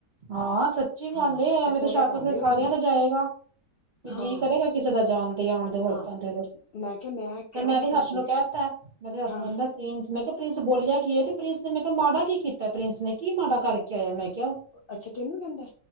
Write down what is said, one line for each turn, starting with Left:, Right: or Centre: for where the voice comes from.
Right: ਹਾਂ ਸੱਚੀ ਗੱਲ,
Left: ਹਾਂ
Right: ਐਵੇਂ
Left: ਸਪੋਲੇ
Right: ਤਾਂ ਸ਼ੱਕ,
Left: ਪਾਲੇ
Right: ਫਿਰ
Left: ਹੋਏ
Right: ਸਾਰਿਆਂ
Left: ਨੀ
Right: ਦਾ ਜਾਏਗਾ।
Left: ਹਾਂ
Right: ਜੀਅ ਕਰੇਗਾ, ਕਿਸੇ ਦਾ ਜਾਣਦੇ ਆਉਣਦੇ ਵਰਤਨ
Left: ਹਾਂ
Right: ਤੇ, ਫਿਰ
Left: ਮੈਂ ਕਿਹਾ ਕਿਉਂ
Right: ਫਿਰ, ਮੈਂ
Left: ਨੀ
Right: ਤੇ ਹਰਸ਼
Left: ਕਰਦੀ
Right: ਨੂੰ ਕਹਿ ਦਿੱਤਾ, ਮੈਂ ਤੇ ਹਰਸ਼
Left: ਹਾਂ
Right: ਅੰਦਰ ਪ੍ਰਿੰਸ, ਮੈਂ ਕਿਹਾ ਪ੍ਰਿੰਸ ਬੋਲਿਆ ਕੀ ਏ, ਤੇ ਪ੍ਰਿੰਸ ਨੇ ਮੈਂ ਕਿਹਾ ਮਾੜਾ ਕੀ ਕੀਤਾ, ਪ੍ਰਿੰਸ ਕੀ ਮਾੜਾ ਕਰਕੇ ਆਇਆ, ਮੈਂ ਕਿਹਾ
Left: ਅੱਛਾ, ਤੈਨੂੰ ਕਹਿੰਦਾ?